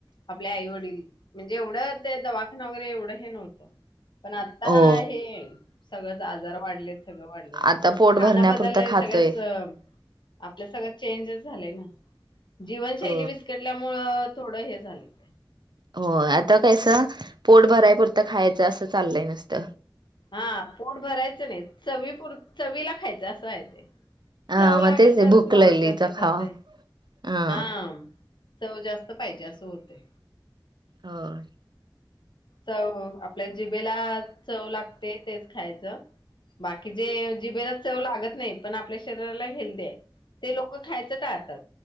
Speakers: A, on the left (about 75°); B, on the right (about 65°).
A: आपल आई वडील म्हणजे एवढं ते दवाखाना वगैरे एवढं हे नव्हतं पण आता
B: हो
A: हे सगळंच आजार वाढलेत सगळं वाढल य
B: आता पोट
A: खाना
B: भरण्यापुरतं
A: बदललाय
B: खातोय
A: सगळ्यास आपल सगळं चेंज झालेय ना जीवनशैली
B: अ
A: विस्कटल्यामुळं थोडं हे झालंय
B: हो आता कस पोट भराय पुरत खाय असं चालय नुसत.
A: हा पोट भरायचं नाही चवी पूर चवीला खायचं असं आहे ते.
B: अ
A: चव
B: मग
A: लागेल
B: तेच ते
A: तरच
B: भूक
A: माणूस
B: लागलीचा
A: जास्त खातोय
B: खावा हां.
A: हा. चव जास्त पायजे अस होतय.
B: होय.
A: चव आपल्या जिबेला चव लागते तेच खायचं. बाकीचेे जिबेला चव लागत नाही. पण आपल्या शरीराला हेल्दी आहे ते लोक खायचं टाळतात.